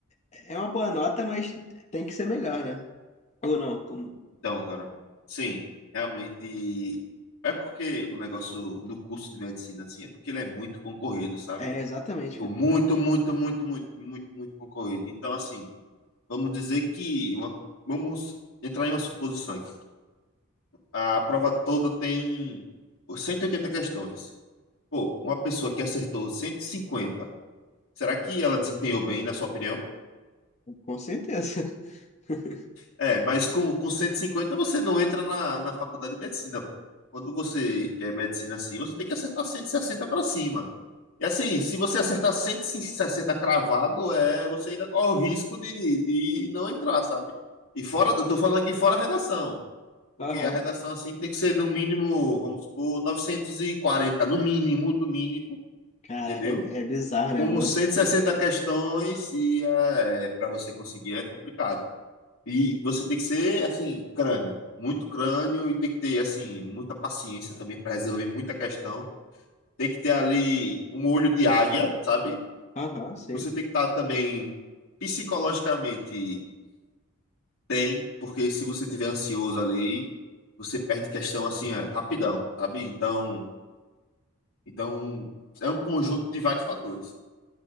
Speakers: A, on the left; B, on the left.
A: É uma boa nota, mas tem que ser melhor, né? Ou não? com-
B: Então, cara, sim, realmente. É porque o negócio do curso de medicina, assim, é porque ele é muito concorrido, sabe?
A: É, exatamente.
B: Tipo,
A: cara.
B: muito, muito, muito, muito, muito, muito concorrido. Então, assim. Vamos dizer que uma, vamos entrar em uma suposição aqui. A prova toda tem 180 questões. Pô, uma pessoa que acertou 150, será que ela desempenhou bem, na sua opinião?
A: Com certeza. <laughs>
B: É, mas com, com 150 você não entra na, na faculdade de medicina, pô. Quando você quer medicina assim, você tem que acertar 160 para cima. E assim, se você acertar 160 cravado, é, você ainda corre o risco de, de não entrar, sabe? E fora, eu tô falando aqui fora a redação. Porque
A: Aham.
B: a redação assim tem que ser no mínimo, vamos supor, 940 no mínimo, do mínimo,
A: Caraca,
B: entendeu?
A: é, é bizarro,
B: Com
A: né? Outro.
B: 160 questões e eh, é, para você conseguir é complicado. E você tem que ser, assim, crânio, muito crânio e tem que ter, assim, muita paciência também para resolver muita questão. Tem que ter ali um olho de águia, sabe?
A: Aham, sim.
B: Você tem que estar também psicologicamente Tem, porque se você tiver ansioso ali, você perde questão assim, é, rapidão, sabe? Então, então é um conjunto de vários fatores.